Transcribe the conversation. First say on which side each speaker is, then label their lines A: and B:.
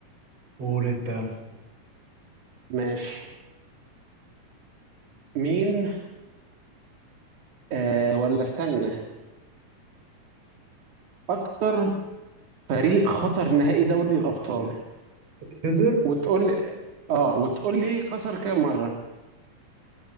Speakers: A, on the right; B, on the right.
A: قول انت يلا
B: ماشي مين أه ولا استنى اكتر فريق خطر نهائي دوري الابطال
A: خسر
B: وتقول لي اه وتقول لي خسر كام مره